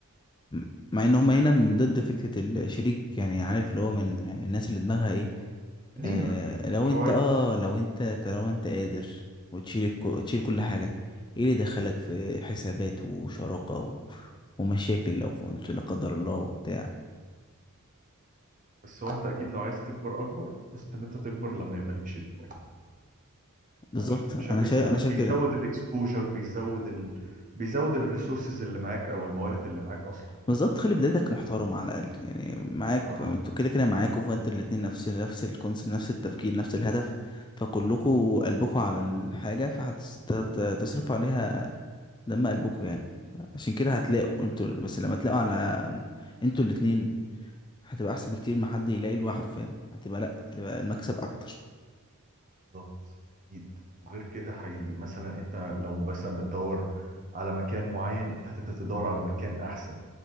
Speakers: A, on the left; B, on the right.
A: م- مع ان هم هنا من ضد فكرة الشريك يعني عارف اللي هو من الناس اللي دماغها ايه
B: قديمة
A: آه لو
B: شوية
A: انت اه لو انت طالما انت قادر وتشيل الك-
B: مم.
A: تشيل كل حاجة ايه اللي دخلك في حسابات وشراكة و... ومشاكل لو انت لا قدر الله وبتاع
B: بس هو انت اكيد لو عايز تكبر اكبر بس ان انت تكبر لما يبقى ليك شريك
A: بالظبط
B: عش- عشان
A: انا
B: بيزو-
A: شايف انا شايف
B: بيزود
A: كده
B: الاكسبوجر بيزود ال... بيزود الريسورسز اللي معاك او الموارد اللي معاك اصلا
A: بالظبط خلي بدايتك محترمة على الأقل يعني معاك
B: بالظبط
A: ف- انتوا كده كده معاكوا فانت الاتنين نفس نفس الكونسيبت نفس التفكير نفس الهدف فكلكوا قلبكوا على الحاجة فهتصرفوا عليها دم قلبكوا يعني عشان كده هتلاقوا انتوا بس لما تلاقوا على انتوا الاتنين هتبقى احسن بكتير ما حد يلاقي لوحده فاهم هتبقى لا هتبقى المكسب اكتر
B: بالظبط اكيد وغير كده حي... مثلا انت لو مثلا بتدور على مكان معين انت هتبدا تدور على مكان احسن